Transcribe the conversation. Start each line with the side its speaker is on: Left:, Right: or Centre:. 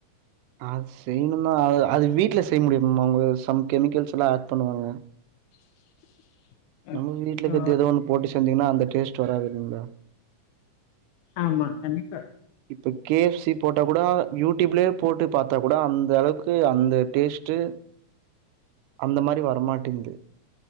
Right: அது செய்யணுந்தா அதா அது வீட்ல செய்ய முடியு அவங்க சம் கெமிக்கல்ஸ் எல்லா ஏட் பண்ணுவாங்க
Left: <inaudible>
Right: நமக்கு வீட்ல இருக்குறது
Left: ஓ
Right: எதோ ஒண்ண போட்டு செஞ்சீங்கன்னா அந்தட்டே டேஸ்ட் வராது இல்லைங்களா
Left: ஆமா கண்டிப்பா
Right: இப்ப கே எஃப் சி போட்டா கூட யூடியூப்லயே போட்டு பாத்தா கூட அந்த அளவுக்கு அந்த டேஸ் ட்டு அந்த மாரி வரமாட்டேங்குது